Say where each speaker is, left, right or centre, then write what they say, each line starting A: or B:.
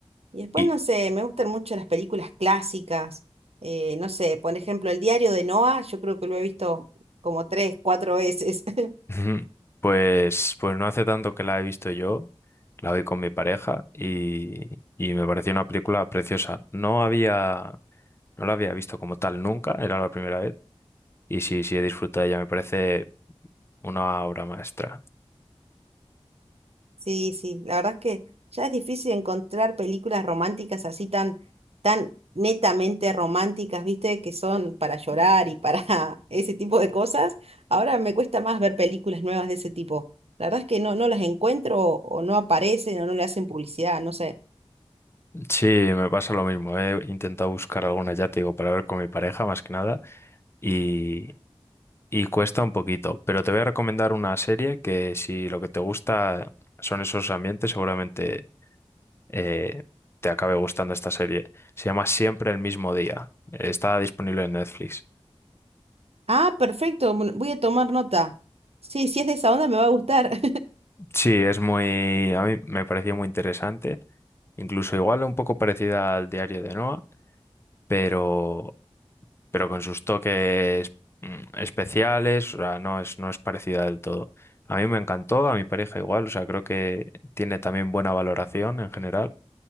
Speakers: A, on the right; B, on the left.
A: Y después,
B: Y
A: no sé, me gustan mucho las películas clásicas. eh, no sé, por ejemplo, El diario de Noah, yo creo que lo he visto como tres, cuatro veces. <laughs>
B: Ujú. pues, pues no hace tanto que la he visto yo, la vi con mi pareja, y, y me pareció una película preciosa. No había, no la había visto como tal nunca, era la primera vez. Y sí, sí he disfrutado de ella, me parece una obra maestra.
A: Sí, sí, la verdad es que ya es difícil encontrar películas románticas así tan, tan netamente románticas, ¿viste? Que son para llorar y para <laughs> ese tipo de cosas. Ahora me cuesta más ver películas nuevas de ese tipo. La verdad es que no, no las encuentro o, o no aparecen o no le hacen publicidad, no sé.
B: Sí, me pasa lo mismo. He intentado buscar alguna, ya te digo, para ver con mi pareja más que nada y, y cuesta un poquito. Pero te voy a recomendar una serie que si lo que te gusta son esos ambientes, seguramente eh, te acabe gustando esta serie. Se llama Siempre el mismo día. Está disponible en Netflix.
A: Ah, perfecto. bueno, Voy a tomar nota. Sí, si es de esa onda me va a gustar.
B: Sí, es muy, a mí me pareció muy interesante. Incluso igual un poco parecida al diario de Noah, pero pero con sus toques mm, especiales, o sea, no es, no es parecida del todo. A mí me encantó, a mi pareja igual, o sea, creo que tiene también buena valoración en general,